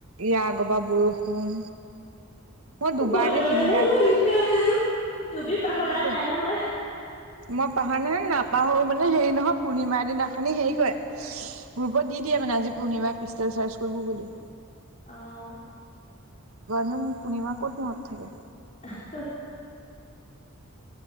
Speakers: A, on the right (about 75°); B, on the left (about 30°).
A: তাৰ আগৰ পৰা বৰষুণ। মই দুবাৰ
B: বতৰেহে
A: নে তিনিবাৰ
B: গৈছে আৰু তুমি পাহৰা
A: মই দু
B: নাই নহয়।
A: মই পাহাৰো নাই নহয় নাপাহৰো মানে হেৰি নহয় পূৰ্ণিমাৰ দিনাখনি হেৰি কৰে গ্ৰুপত দি দিয়ে মানে আজি পূৰ্ণিমা ক্ৰিষ্টেল চাৰ্জ কৰিব বুলি।
B: অ'।
A: নৱম পূৰ্ণিমা ক'ত মনত থাকে।
B: আহ হা।